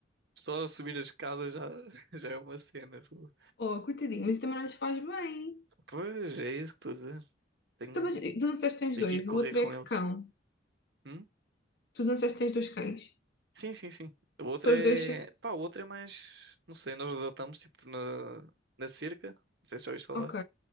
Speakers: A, on the right; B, on the left.
A: Só subir a escada já, <laughs> já é uma cena. fogo.
B: Oh, coitadinho, mas também não lhes faz bem.
A: Pois é isso que estou a dizer. Tenho,
B: Então, mas tu não disseste que tens
A: tenho
B: dois,
A: que ir correr
B: o outro
A: com
B: é que
A: eles.
B: cão.
A: Hum?
B: Tu não disseste que tens dois cães.
A: Sim, sim, sim. O outro
B: São
A: é.
B: os dois.
A: Pá, o outro é mais. Não sei, nós adotamos tipo na, na cerca. Não sei se já ouviste falar.
B: Ok.